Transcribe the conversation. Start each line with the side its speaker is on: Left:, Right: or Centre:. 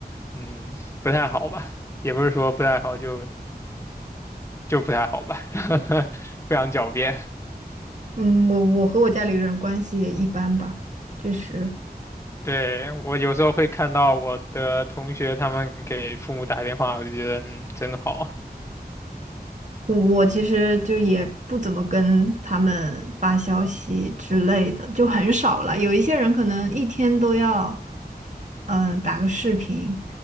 Left: 嗯不太好吧，也不是说不太好，就就不太好吧，<laughs> 不想狡辩。
Right: 嗯，我我和我家里人关系也一般吧，就是。
Left: 对，我有时候会看到我的同学他们给父母打电话，我就觉得嗯真好
Right: 我其实就也不怎么跟他们发消息之类的，就很少了。有一些人可能一天都要，呃，打个视频。